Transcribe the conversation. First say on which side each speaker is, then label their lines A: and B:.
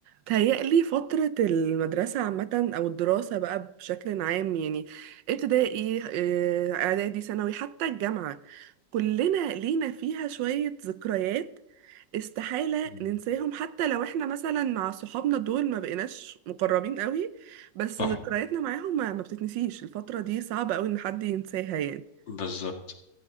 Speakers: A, on the right (about 80°); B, on the left (about 85°).
A: تهيألي فترة المدرسة عامة أو الدراسة بقى بشكل عام يعني ابتدائي آه، إعدادي ثانوي حتى الجامعة كلنا لينا فيها شوية ذكريات استحالة
B: مم.
A: ننساهم حتى لو احنا مثلا مع صحابنا دول ما بقيناش مقربين قوي بس
B: صح
A: ذكرياتنا معاهم ما ما بتتنسيش الفترة دي صعب قوي إن حد ينساها يعني
B: بالظبط